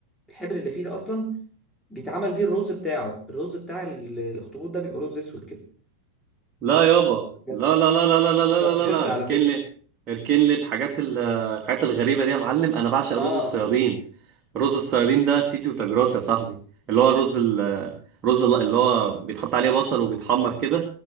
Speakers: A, in the centre; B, on the right (about 30°).
A: الحبر اللي فيه ده اصلا بيتعمل بيه الرز بتاعه الرز بتاع ال- الاخطبوط ده بيبقى رز اسود كده
B: لا يابا
A: ده بجد
B: لا لا لا لا لا لا لا
A: ده
B: لا لا
A: بجد
B: لا
A: على
B: اركن
A: فكره
B: لي اركن لي الحاجات ال- الحاجات الغريبة دي يا معلم انا بعشق
A: اه
B: رز الصيادين رز الصيادين ده سيتي وتجراس يا صاحبي اللي هو الرز ال- الرز ال- اللي هو بيتحط عليه بصل وبيتحمر كده